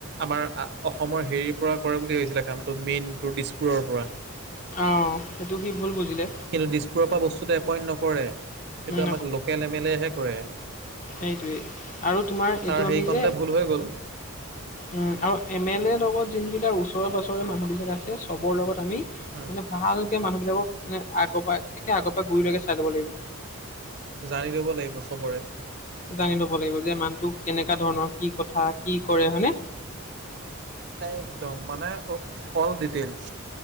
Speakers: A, on the right (about 50°); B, on the left (about 35°).
A: আমাৰ অসমৰ হেৰিৰ পৰা কৰে বুলি ভাবিছিলে কামটো মেইনটো দিছপুৰ পৰা।
B: অ সেইটো সি ভুল বুজিলে।
A: কিন্তু দিছপুৰৰ পৰা বস্তুটো এপইণ্ট নকৰে এইটো
B: উম,
A: আমাক লোকেল এম এলে হে কৰে।
B: সেইটোৱে আৰু তোমাৰ
A: তাৰ
B: এইটো
A: সেইকণতে
B: আমি যে,
A: ভুল হৈ গ'ল
B: উম আৰু এম এলেৰ লগত যোন বিলাক ওচৰে পাজৰে মানুহবিলাক আছে চবৰ লগত আমি
A: উম,
B: মানে ভালকে মানুহ বিলাকক মানে আগৰ পৰা একে আগৰ পৰাই গুৰি লকে চাই ল'ব লাগিব।
A: জানি লব লাগিব চবৰে।
B: জানি ল'ব লাগিব যে মানুহটো কেনেকা ধৰণৰ কি কথা কি কৰে হয়নে।
A: একদম মানে অল ডিটেইলছ।